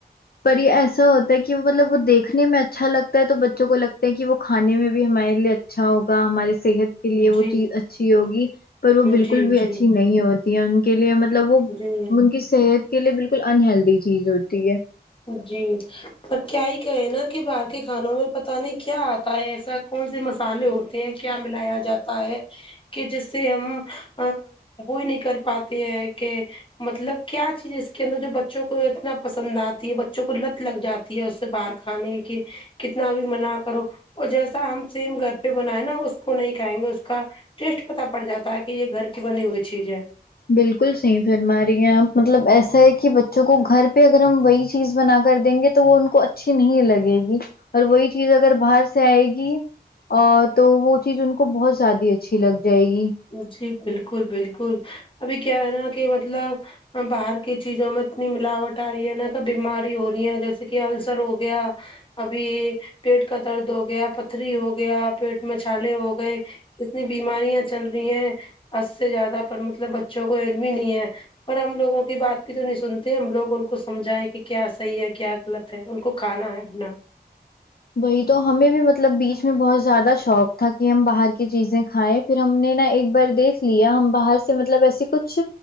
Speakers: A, on the left; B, on the left.
A: پر یہ ایسا ہوتا ہے کہ مطلب وہ دیکھنے میں اچھا لگتا ہے تو بچوں کو لگتا کہ وہ کانے میں بھی ہمے اچھا اچھا ہوگا ہماراری صحت کے لیے
B: جی
A: وہ چیز اچھی ہوگی پر وہ
B: جی
A: بالکل بھی
B: جی
A: اچھی نہیں ہو ان کے لیے مطلب وہ
B: جی
A: ان کی صحت کے لیے بالکل انہلدی چیز ہوتی ہے
B: جی پر کیا ہی کہے نا کہ باہر کے کھانوں میں پت نہیں کیا آتا ہے ایسا کون سے مسالے ہوتے ہیں کیا ملایا جاتا ہے کہ جس سے ہم وہی نہیں کر پاتی ہے کہ مطلب کیا چیز اس کے اندر جو بچوں کو اتنا پسند آتا بچوں کو لت لگ جاتی ہے اس سے باہر کھانے کی کتنا بھی منا کرو اور جیسا ہم سیم گھر پہ بناائے نا اس کو نہیں کھائیں گے اس کا ٹیسٹ پتا پڑ جاتا ہے کہ یہ گھر کی بنی ہوئی چیز ہے
A: بالکل صحیح فھر ہماری یہاں مطلب ایسا ہے کہ بچوں کو گھر پہ اگر ہم وہی چیز بنا کر دیں گے تو تو وہ ان کو اچھی نہیں لگے گی اور وہی چیز اگر باہر سے آئے گی ا تو وہ چیز ان کو بہت زیادہ اچھی لگ جائے گی
B: جی بالکل بالکل ابھی کیا ہے نا کہ مطلب باہر کی چیزوں میں اتنی ملاوٹ آ رہی ہے نا کہ بیماری ہو رہی ہے جیسے کہ السر ہو گیا ابھی پیٹ کا درد ہو گیا پتھری ہو گیا پیٹ میں چھالے ہو گئے اتنی بیماریاں چل رہی ہیں اس سے زیادہ پر مطلب بچوں کو عمی ہی نہیں ہے پر ہم لوگوں کی بات بھی تو نہیں سنتے ہم لوگ ان کو سمجھائائے کہ کیا صحیح ہے کیا غلط ان کو کھانا ہے اپنا
A: وہی تو ہمیں بھی مطلب بیچ میں بہت زیادہ شوق تھا کہ ہم باہر کی چیزیں کھائیں پھر ہم نے نا ایک بار دیکھ لیا ہم باہر سے مطلب ایسے کچھ